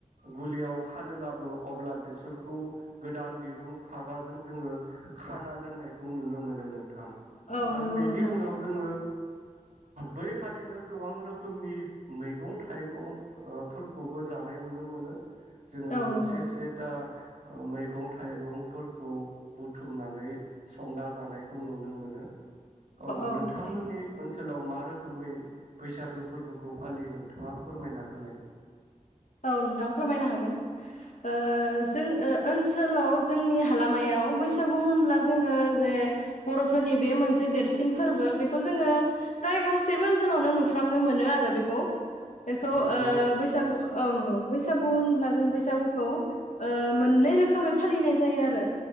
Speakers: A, on the right (about 85°); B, on the left (about 65°).
A: गुलियाव खानो लाबो अब्ला बेसोरखौ गोदान दिरुं फागाजों जोङो खाना दोननायखौ नुनो मोनो नों थां
B: औ
A: आरो
B: नंगौ
A: बेनि
B: नोंथां
A: उनाव जोङो बै खालिनो गोबां रोखोमनि मैगं थाइगं ओ फोरफोरखौबो जानाय नुनो मोनो जोङो
B: औ
A: जौसे
B: नंगौ
A: से टा ओ मैगं थाइगंफोरखौ बुथुमनानै संना जानायखौ नुनो मोनो औ
B: औ
A: नोंथांमोननि
B: थारैनो
A: ओन ओनसोलाव मा रोखोमै बैसागो फोरबोखौ फालियो नोंथाङा फोरमायना होलाय
B: औ नोंथां फोरमायनो हागोन ओ जों ओ ओनसोलाव जोंनि हालामायाव बैसागु होनब्ला जोङो जे बर'फोरनि बे मोनसे से देरसिन फोरबो बेखौ जोङो प्राय गासैबो ओनसोलावनो नुफ्रामनो मोनो आरो बेखौ बेखौ
A: नंगौ
B: ओ
A: नोंथां
B: बैसागु औ नंगौ बैसागु होनब्ला जों बैसागुखौ ओ मोननै रो खोमै फालिनाय जायो आरो